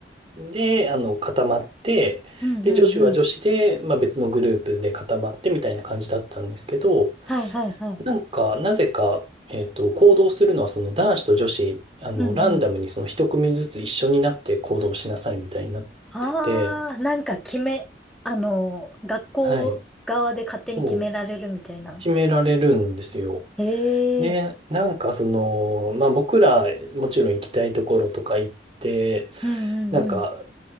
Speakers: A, on the right; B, in the centre.
A: んで、あの、固まって、
B: うんうんうん。
A: で、女子は女子で、まあ別のグループで固まってみたいな感じだったんですけど、
B: はいはいは
A: なんか、なぜか、えっと、行動するのは、その男子と女子、あの、
B: い。うんうん。
A: ランダムにその一組ずつ一緒になって行動しなさいみたいになってて、
B: ああ、なんか決め、あの、学校側で勝手に決められるみたいな。
A: はい、そう、決められるんですよ。
B: へえ。
A: で、なんかその、まあ僕ら、もちろん行きたいところとか行って、
B: うんうんうん。
A: なんか、